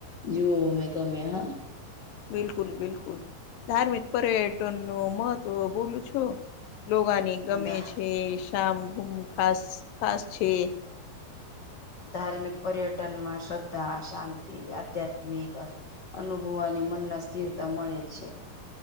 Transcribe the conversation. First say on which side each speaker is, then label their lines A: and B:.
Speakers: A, on the left; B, on the left.
A: જીવો મેં ગમ્યા હા.
B: બિલકુલ બિલકુલ ધાર્મિક પર્યટન નો મહત્વ બોલું છો. લોગને ગમે
A: ધા
B: છે શમ ગુમ ખાસ ખાસ છે.
A: ધાર્મિક પર્યટન માં શ્રદ્ધા શાંતિ આધ્યાત્મિક આ અનુભવાની મન ના સ્થિરતા મળે છે.